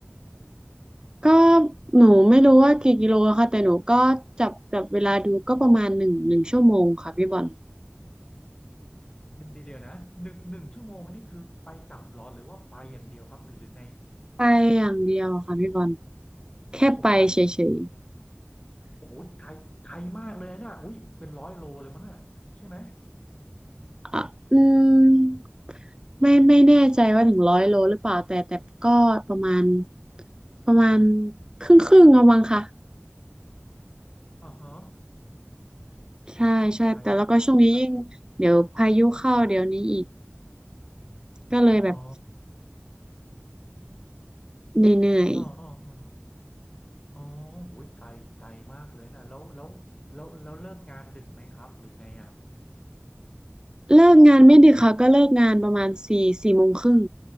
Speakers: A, on the right; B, on the left.
A: ก็หนูไม่รู้ว่ากี่กิโลอะค่ะแต่หนูก็จับจับเวลาดูก็ประมาณหนึ่งหนึ่งชั่วโมงค่ะพี่บอล
B: เดยวเดี๋ยวนะหนึ่งหนึ่งชั่วโมงนี่คือไปกลับเหรอหรือว่าไปอย่างเดียวครับหรือหรือไง
A: ไปอย่างเดียวค่ะพี่บอล แค่ไปเฉย
B: โอ้ยโอ้ยไกลไกลมากเลยนะอุ้ยเป็นร้อยโลเลยมั้งอ่ะใช่ไหม
A: ๆอ่ะอืมไม่ไม่แน่ใจว่าถึงร้อยโลหรือเปล่าแต่แต่ก็ประมาณประมาณครึ่งครึ่งเอามั้งค่ะ
B: อ่าฮะ
A: ใช่ใช่แต่แล้วก็ช่วงนี้ยิ่งเดี๋ยวพายุเข้าเดี๋ยวนี้อีก
B: โอ้ยไกล
A: ก็เลยแบบ
B: อ๋อ
A: เหนื่อย
B: อ๋ออ๋ออ๋ออ๋อโอ้ยไกลไกลมากเลยนะแล้วแล้วแล้วแล้วเลิกงานดึกไหมครับ หรือไงอ่ะ
A: ๆเลิกงานไม่ดึกค่ะก็เลิกงานประมาณสี่สี่โมงครึ่ง